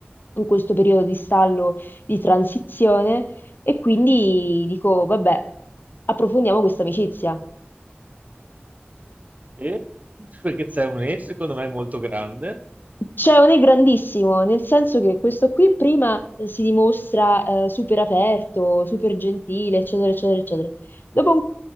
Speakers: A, on the left; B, on the right.
A: in questo periodo di stallo, di transizione, e quindi dico, vabbè, approfondiamo questa amicizia.
B: E? Perché c'è un E secondo me molto grande
A: C'è un è grandissimo, nel senso che questo qui prima eh, si dimostra eh, super aperto, super gentile, eccetera, eccetera, eccetera. Dopo un-